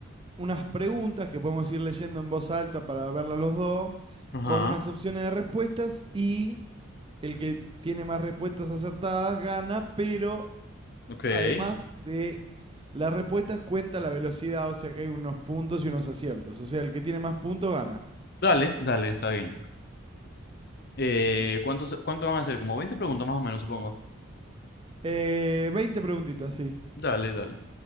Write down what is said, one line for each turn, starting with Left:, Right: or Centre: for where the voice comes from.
Right: unas preguntas que podemos ir leyendo en voz alta para verla los dos,
Left: Ajá,
Right: con unas opciones de respuestas y el que tiene más respuestas acertadas gana, pero
Left: ok.
Right: además de las respuestas cuenta la velocidad, o sea que hay unos puntos y unos aciertos, o sea, el que tiene más puntos gana.
Left: Dale, dale, está bien. Eh, ¿cuántos, cuánto van a hacer? Como 20 preguntas más o menos, supongo.
Right: Eh, 20 preguntitas, sí.
Left: Dale, dale.